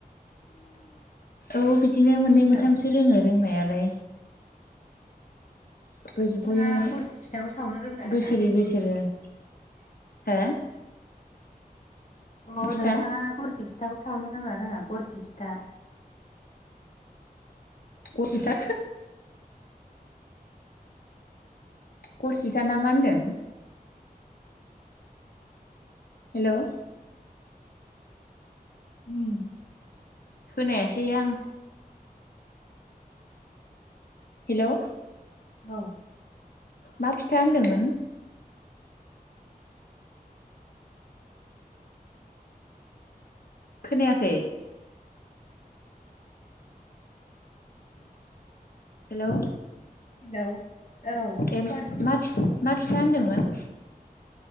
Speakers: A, on the left (about 50°); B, on the left (about 70°).
A: <inaudible>
B: औ बिदिनो मोननै
A: हेल'
B: मोनथामसो रोङो रोंनायालाय। <unintelligible>
A: नोंथाङा गरसि फिथाखौ सावनो रोंना रोङा
B: बोसोरै बोसोरे हो?
A: अ
B: फिथा
A: नोंथाङा गरसि फिथाखौ सावनो रोङोना रोङा गरसि फिथा?
B: असिथार गरसिथा ना मा होनदों? हेलौ
A: उम
B: खोनायासैहां। हेलौ
A: औ
B: मा फिथा होनदोंमोन? खोनायाखै। हेलौ
A: हेलौ औ
B: ए मा
A: गरसि
B: मा फिथा होनदोंमोन